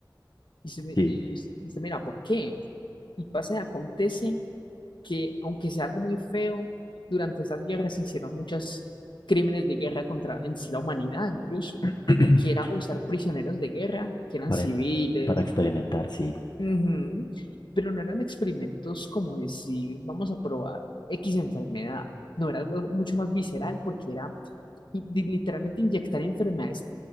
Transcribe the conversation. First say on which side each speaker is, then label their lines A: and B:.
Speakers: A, on the left; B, on the left.
A: Y se me-
B: Sí,
A: y usted mira, ¿por qué? Y pasa y acontece que, aunque sea algo muy feo, durante esas guerras se hicieron muchos crímenes de guerra contra en sí la humanidad, incluso,
B: <clears throat>
A: que era usar prisioneros de guerra, que eran
B: para,
A: civiles,
B: para experimentar,
A: ¿cómo?
B: sí,
A: Ujú. Pero no eran experimentos como decir, vamos a probar X enfermedad. No, era algo mucho más visceral porque era y- di- literalmente inyectar enfermedades